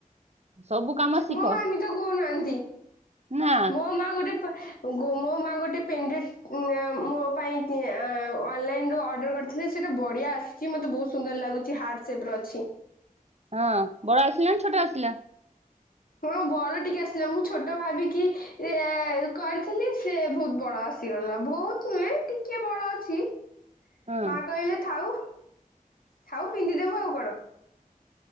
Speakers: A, on the right; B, on the left.
A: ସବୁ କାମ ଶିଖ
B: ମୋ ମା ଏମିତି କହୁନାହାନ୍ତି।
A: ନା
B: ମୋ ମୋ ମା ଗୋଟେ ମୋ ମା ଗୋଟେ, ପେନ୍ଡ୍ରାଇଭ୍ ମୋ ପାଇଁ ଅନ୍‌ଲାଇନରୁ ଅର୍ଡର କରି ଥିଲ, ସେଇଟା ବଢିଆ ଆସିଛି ମତେ ବହୁତ ସୁନ୍ଦର ଲାଗୁଛି ହାର୍ଟ ସେପ୍ ର ଅଛି।
A: ହଁ ବଡ ଆସିଲା ନା ଛୋଟ ଆସିଲା?
B: ହଁ ବଡ ଟିକେ ଆସିଲା, ମୁଁ ଛୋଟ ଭାବିକି ଏ କହିଥିଲି ସେ ବହୁତ ବଡ ଆସି ଗଲା, ବହୁତ ନୁହେଁ ଟିକେ ବଡ ଅଛି।
A: ହଁ
B: ମା କହିଲେ ଥାଉ, ଥାଉ ପିନ୍ଧିଦେବୁ ଆଉ କଣ?